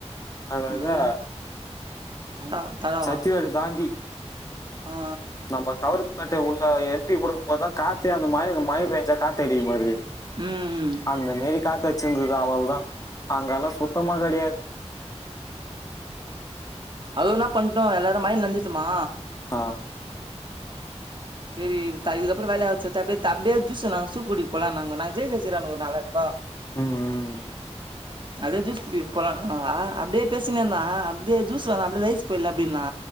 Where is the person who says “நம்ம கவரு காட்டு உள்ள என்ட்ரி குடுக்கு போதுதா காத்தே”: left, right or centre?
Left